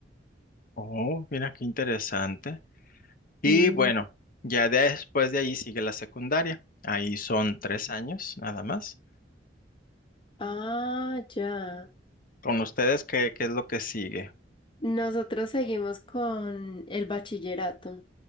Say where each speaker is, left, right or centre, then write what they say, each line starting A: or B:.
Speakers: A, on the left (about 50°); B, on the left (about 30°).
A: oh, mira qué interesante. Y
B: Mm.
A: bueno, ya después de ahí sigue la secundaria. Ahí son tres años nada más.
B: Ah, ya.
A: Con ustedes, ¿qué, qué es lo que sigue?
B: Nosotros seguimos con el bachillerato.